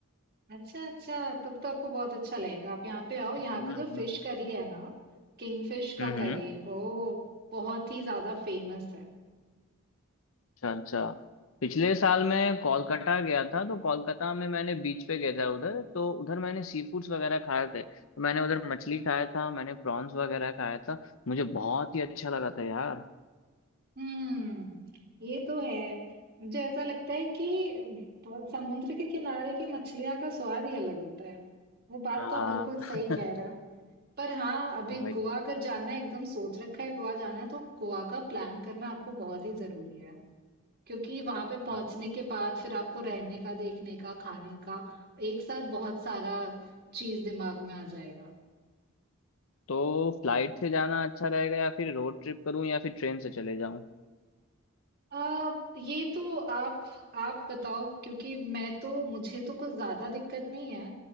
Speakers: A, on the right; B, on the left.
A: अच्छा अच्छा तब तो आपको बहुत अच्छा लगेगा आप यहाँ पे आओ यहाँ
B: हम्म
A: का
B: हम्म।
A: जो फिश करी है ना किंगफिश का
B: हम्म
A: करी वो बहुत ही ज्यादा फेमस है
B: अच्छा अच्छा पिछले साल मैं कोलकाता गया था तो कोलकाता में मैंने बीच पे गया था उधर तो उधर मैंने सी फूड्स वगैरह खाए थे तो मैंने उधर मछली खाया था मैंने प्रॉन्स वगैरह खाया था मुझे बहुत ही अच्छा लगा था यार
A: हम्म ये तो है मुझे ऐसा लगता है कि समुद्र के किनारे की मछलियाँ का स्वाद ही अलग होता है वो बात
B: हाँ
A: तो आप बिल्कुल सही
B: <laughs>
A: कह रहे हो पर हाँ, अभी
B: वही
A: गोवा अगर जाना है, एकदम सोच रखा है गोवा जाना है, तो गोवा का प्लान करना आपको बहुत ही जरूरी है। क्योंकि वहां पे
B: हाँ
A: पहुंचने के बाद फिर आपको रहने का, देखने का, खाने का एक साथ बहुत सारा चीज दिमाग में आ जाएगा।
B: तो फ्लाइट से जाना अच्छा रहेगा या फिर रोड ट्रिप करूं या फिर ट्रेन से चले जाऊं
A: आ, ये तो आप आप बताओ क्योंकि मैं तो मुझे तो कुछ ज्यादा दिक्कत नहीं है